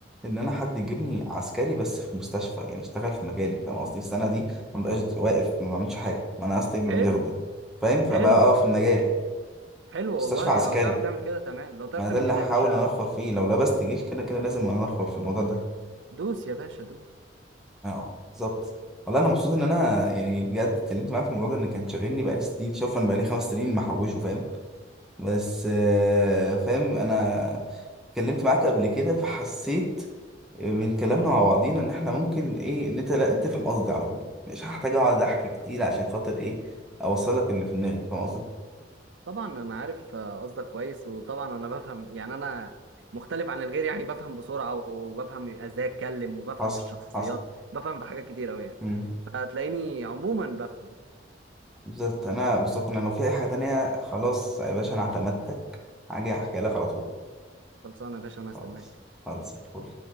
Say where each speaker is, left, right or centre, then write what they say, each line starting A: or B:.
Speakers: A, in the centre; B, on the right.
A: ان انا حد يجيبني عسكري بس في مستشفى يعني اشتغل في مجالي فاهم قصدي السنه دي ما بقاش واقف ما بعملش حاجه ما انا اصلي ما
B: حلو
A: بيخدم فاهم فبقى
B: حلو
A: اقف في المجال
B: حلو
A: مستشفى
B: والله
A: عسكري
B: لو تعرف تعمل كده تمام لو تعرف
A: ما انا
B: تعمل
A: ده اللي
B: كده
A: هحاول
B: يا باشا
A: انخر فيه لو لبست جيش كده كده لازم انا انخر في الموضوع ده
B: دوس يا باشا دوس
A: اه بالظبط والله انا مبسوط ان انا يعني بجد اتكلمت معاك في الموضوع ده ان كان شاغلني بقالي سنين شوف انا بقالي خمس سنين محوشه فاهم بس آه، فاهم انا اتكلمت معاك قبل كده فحسيت من كلامنا مع بعضينا ان احنا ممكن ايه ان انت لا تفهم قصدي على طول مش هحتاج اقعد احكي كتير عشان خاطر ايه اوصلك اللي في دماغي فاهم قصدي
B: طبعا انا عارف آه، قصدك كويس وطبعا انا بفهم يعني انا مختلف عن الغير يعني بفهم بسرعة وبفهم ازاي اتكلم وبفهم
A: حصل
B: في الشخصيات
A: حصل
B: بفهم في حاجات كتير اوي يعني
A: امم
B: فتلاقيني عموما بفهم
A: بالظبط انا بالظبط انا لو في اي حاجه تانية خلاص يا باشا انا اعتمدتك هاجي احكي لك على طول
B: خلصانه يا باشا انا هستناك
A: خلاص خلاص فل